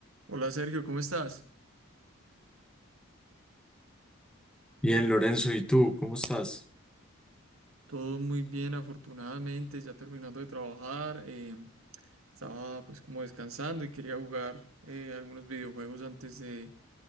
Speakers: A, on the right; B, in the centre.
A: Hola Sergio, ¿cómo estás?
B: Bien, Lorenzo, ¿y tú cómo estás?
A: Todo muy bien, afortunadamente, ya terminando de trabajar. eh, estaba pues como descansando y quería jugar eh, algunos videojuegos antes de,